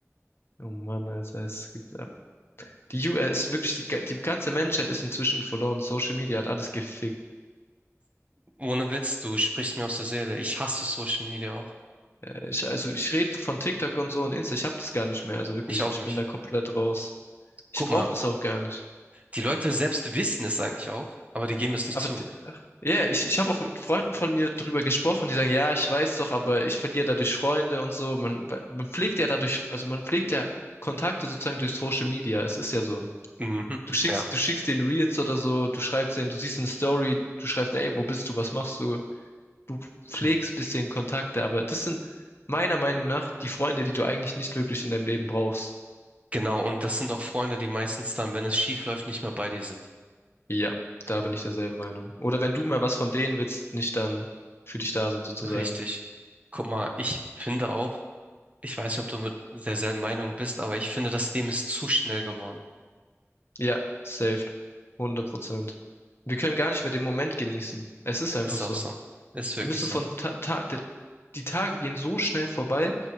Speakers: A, on the left; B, on the right.
A: Oh Mann, Alter, es gibt ab. Die U, es ist wirklich, die, ga- die ganze Menschheit ist inzwischen verloren. Social Media hat alles gefickt.
B: Ohne Witz, du sprichst mir aus der Seele. Ich hasse Social Media auch.
A: Ich, also ich rede von TikTok und so und Insta, ich hab das gar nicht mehr. Also wirklich,
B: Ich auch
A: ich
B: nicht.
A: bin da komplett raus. Ich
B: Guck
A: brauche
B: mal,
A: das auch gar nicht.
B: die Leute selbst wissen es eigentlich auch, aber die geben es nicht
A: Aber
B: zu.
A: d- ja, ich, ich habe auch mit Freunden von mir drüber gesprochen, die sagen, ja, ich weiß doch, aber ich verliere dadurch Freunde und so. Man, man pflegt ja dadurch, also man pflegt ja Kontakte sozusagen durch Social Media. Es ist ja so.
B: Mhm.
A: Du schickst,
B: Ja.
A: du schickst den Reels oder so, du schreibst denen, du siehst eine Story, du schreibst, ey, wo bist du, was machst du? Du pflegst bisschen Kontakte, aber das sind meiner Meinung nach die Freunde, die du eigentlich nicht wirklich in deinem Leben brauchst.
B: Genau, und das sind auch Freunde, die meistens dann, wenn es schief läuft, nicht mehr bei dir sind.
A: Ja, da bin ich derselben Meinung. Oder wenn du mal was von denen willst, nicht dann für dich da sind sozusagen.
B: Richtig. Guck mal, ich finde auch, ich weiß nicht, ob du mit derselben Meinung bist, aber ich finde, das Leben ist zu schnell geworden.
A: Ja, saved. 100 Prozent. Wir können gar nicht mehr den Moment genießen. Es ist einfach
B: Ist
A: so.
B: auch so. Ist wirklich
A: Wir müssen
B: so.
A: von Ta Ta der, die Tage gehen so schnell vorbei